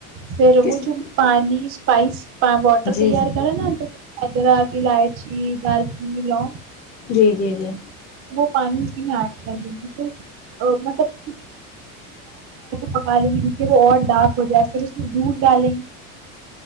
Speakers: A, on the right; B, on the left.
A: سر
B: کس
A: وہ
B: میں
A: جو پانی سپائس واٹر
B: جی
A: تیار کر <unintelligible>
B: ہاں ہاں
A: <unintelligible> <unintelligible> چائے کو ایک یا دو منٹ تک پکائیں یہاں تک کہ وہ سیاہ ہو جائے، پھر دودھ اور